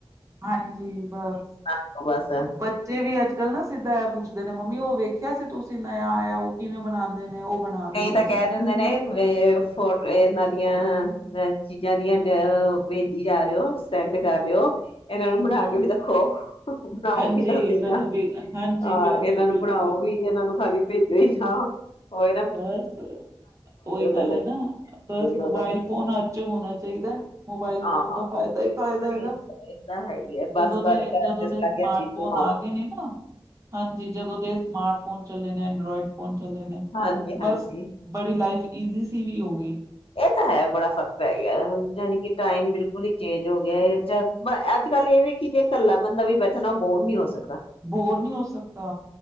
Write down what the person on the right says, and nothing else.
ਹਾਂਜੀ ਬਸ
ਬੱਚੇ ਵੀ ਅੱਜ ਕੱਲ੍ਹ ਨਾ ਸਿੱਧਾ ਪੁੱਛਦੇ ਨੇ ਪੁਛਦੇ ਨੇ ਮੰਮੀ ਉਹ ਵੇਖਿਆ ਸੀ ਤੁਸੀਂ ਨਯ ਆਇਆ ਉਹ ਕਿਵੇਂ ਬਣਾਉਂਦੇ ਨੇ ਉਹ ਬਣਾ
ਦਿਓ
ਤੁਸੀਂ
ਹੂੰ
ਹਾਂਜੀ
ਇਹਨਾਂ
ਨੂੰ ਵੀ ਹਾਂਜੀ
ਬਿਲਕੁਲ-ਬਿਲਕੁਲ
ਬਸ ਉਹੀ ਗੱਲ
ਹੈ ਨਾ ਬਸ
ਮੋਬਾਇਲ ਫੋਨ ਅੱਜ ਹੋਣਾ ਚਾਹੀਦਾ ਮੋਬਾਈਲ
ਫੋਨ ਦਾ ਫ਼ਾਇਦਾ ਹੀ ਫ਼ਾਇਦਾ ਹੈਗਾ
ਜਦੋਂ
ਦੇ
ਜਦੋਂ
ਦੇ
ਸਮਾਰਟ
ਫੋਨ
ਆ ਗਏ ਨੇ ਨਾ ਹਾਂਜੀ ਜਦੋਂ ਦੇ ਸਮਾਰਟ ਫੋਨ ਚੱਲੇ ਨੇ ਐਂਡੋਇਡ ਫੋਨ ਚੱਲ ਨੇ
ਬਸ
ਬੜੀ ਲਾਈਫ ਈਜ਼ੀ ਸੀ ਵੀ ਉਹ
ਬੋਰ ਨਹੀਂੀ ਹੋ ਸਕਦਾ